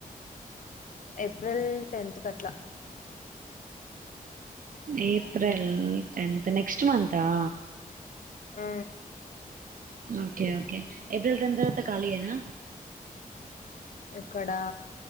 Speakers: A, on the left; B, on the right.
A: ఏప్రిల్ టెన్త్ కట్లా
B: ఏప్రిల్ టెన్త్ నెక్స్ట్ మంత్ ఆ
A: అ
B: ఓకే ఓకే ఎప్రిల్ టెన్త్ ఖాళీయేనా
A: ఇక్కడ